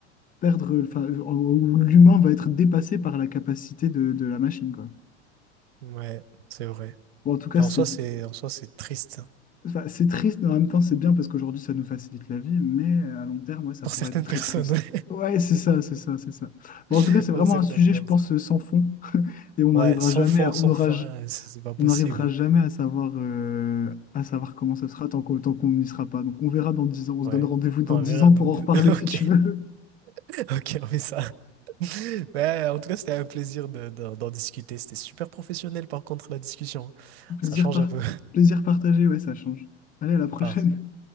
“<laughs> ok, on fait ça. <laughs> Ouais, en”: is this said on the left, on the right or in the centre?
Right